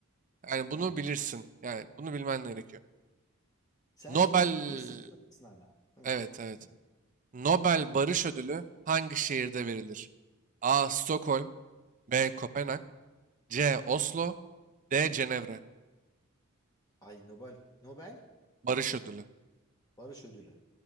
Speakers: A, on the right (about 35°); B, on the left (about 15°).
A: Yani
B: Tamam.
A: bunu bilirsin. Yani bunu bilmen gerekiyor.
B: Sen
A: Nobel...
B: şimdi bir sıfır öndesin hala. Değil
A: Evet
B: mi?
A: evet.
B: Hı.
A: Nobel Barış Ödülü hangi şehirde verilir? A. Stockholm B. Kopenhag C. Oslo D. Cenevre.
B: Ay Nobel. Nobel
A: Barış Ödülü.
B: Barış Ödülü.